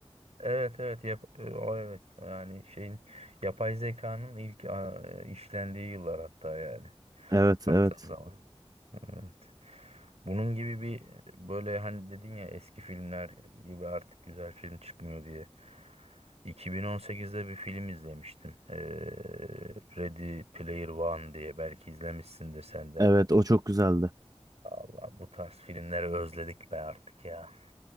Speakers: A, on the right; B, on the right.
A: Evet evet yap e, o evet yani şeyin yapay zekanın ilk a, e, işlendiği yıllar hatta yani
B: Evet,
A: baktığın
B: evet.
A: Evet. zaman. Evet. Bunun gibi bir böyle hani dedin ya eski filmler gibi artık güzel film çıkmıyor diye. 2018'de bir film izlemiştim. Ee, Ready Player One diye belki izlemişsindir sen de.
B: Evet o çok güzeldi.
A: Allah bu tarz filmleri özledik be artık ya.